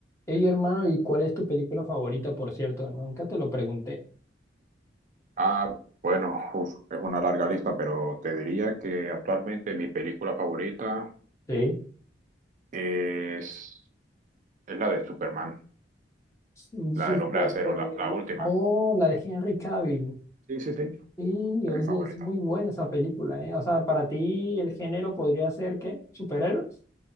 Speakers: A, on the left; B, on the right.
A: Hey hermano, ¿y cuál es tu película favorita, por cierto? Nunca te lo pregunté.
B: Ah, bueno, uf, es una larga lista, pero te diría que actualmente mi película favorita
A: Sí.
B: es, es la de Superman,
A: Mm, Súper.
B: la del Hombre de Acero, la, la última.
A: Oh, la de Henry Cavill.
B: Sí, sí, sí.
A: Sí,
B: Es
A: oye,
B: mi favorita.
A: es muy buena esa película, ¿eh? O sea, para ti el género podría ser ¿qué? ¿Superhéroes?